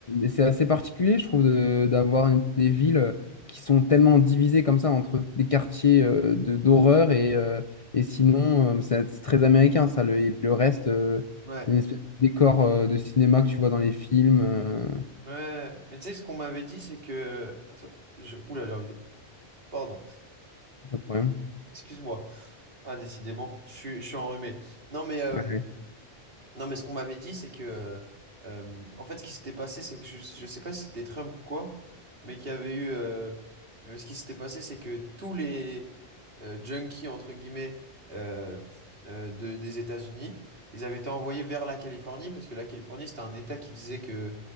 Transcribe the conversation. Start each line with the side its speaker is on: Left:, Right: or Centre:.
Left: c'est assez particulier, je trouve, de- d'avoir une- des villes euh, qui sont tellement divisées comme ça entre des quartiers euh, de d'horreur et, euh, et sinon, euh, c'est c'est très américain, ça. Le, et le reste, euh,
Right: ouais,
Left: une espèce de décor euh, de cinéma que tu vois dans les films. euh,
Right: ouais. Mais tu sais, ce qu'on m'avait dit, c'est que. Attends, je... Oula, j'ai envie de- Pardon,
Left: pas de problème.
Right: excuse-moi. Ah, décidément, je suis, je suis enrhumé. Non, mais. euh,
Left: Ouais,
Right: Non, mais ce qu'on m'avait dit, c'est que. euh, euh, en fait, ce qui s'était passé, c'est que je, je sais pas si c'était Trump ou quoi, mais qu'il y avait eu. euh, euh, ce qui s'était passé, c'est que tous les euh, junkies, entre guillemets, euh, euh, de, des États-Unis, ils avaient été envoyés vers la Californie, parce que la Californie, c'était un État qui disait que.